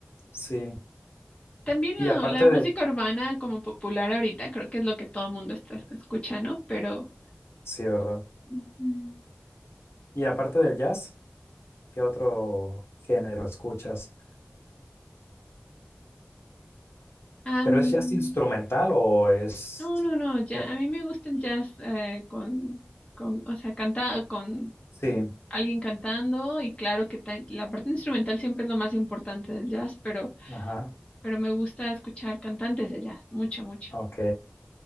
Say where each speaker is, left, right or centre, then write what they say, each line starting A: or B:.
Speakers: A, on the left; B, on the left.
A: Sí.
B: También
A: Y
B: la,
A: aparte
B: la música
A: del,
B: urbana como popular ahorita, creo que es lo que todo el mundo está escuchando, pero...
A: sí, ¿verdad?
B: ujú.
A: Y aparte del jazz, ¿qué otro género escuchas?
B: Am,
A: ¿Pero es jazz instrumental o es...?
B: no, no, no, ya,
A: Ya.
B: a mí me gusta el jazz eh, con, con, o sea, cantado, con
A: Sí,
B: alguien cantando y claro que ta- la parte instrumental siempre es lo más importante del jazz, pero,
A: ajá,
B: pero me gusta escuchar cantantes de jazz, mucho, mucho.
A: ok,